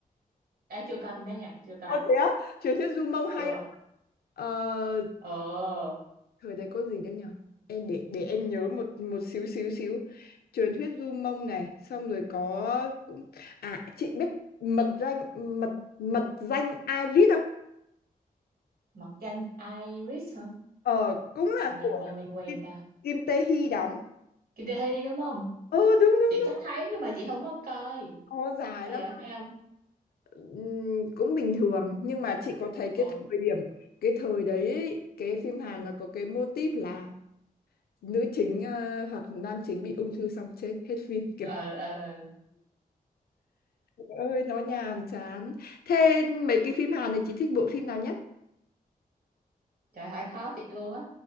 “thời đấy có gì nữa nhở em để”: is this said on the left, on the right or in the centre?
Left